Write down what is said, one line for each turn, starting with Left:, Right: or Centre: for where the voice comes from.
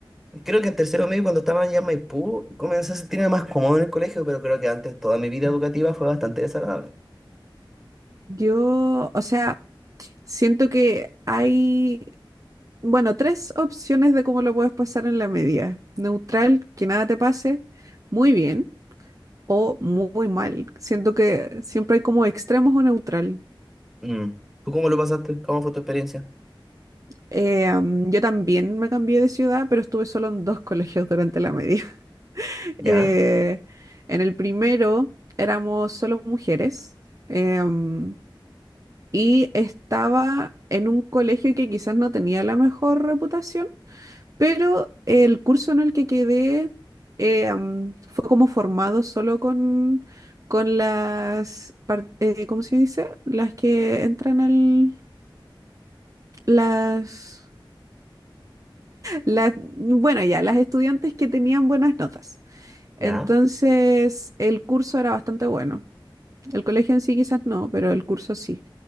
Centre: Creo que en tercero medio, cuando estaba ya en Maipú, comencé a sentirme más cómodo en el colegio, pero creo que antes toda mi vida educativa fue bastante desagradable.
Right: Yo, o sea, siento que hay, bueno, tres opciones de cómo lo puedes pasar en la media. Neutral, que nada te pase, muy bien, o muy mal. Siento que siempre hay como extremos o neutral.
Centre: Mm. ¿Tú cómo lo pasaste? ¿Cómo fue tu experiencia?
Right: Eh, am, yo también me cambié de ciudad, pero estuve solo en dos colegios durante la media.
Centre: ¿Ya?
Right: Eh, en el primero éramos solo mujeres em, y estaba en un colegio que quizás no tenía la mejor reputación, pero el curso en el que quedé eh, am, fue como formado solo con, con las, par- eh, ¿cómo se dice? Las que entran al, las... Las, bueno, ya, las estudiantes que tenían buenas notas.
Centre: ¿Ya?
Right: Entonces, el curso era bastante bueno. El colegio en sí quizás no, pero el curso sí.